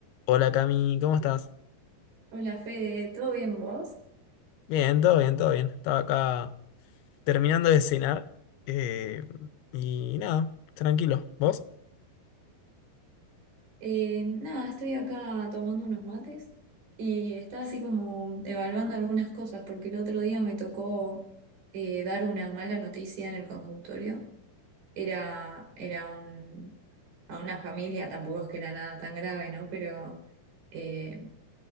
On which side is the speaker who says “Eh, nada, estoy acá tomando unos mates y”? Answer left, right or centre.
Right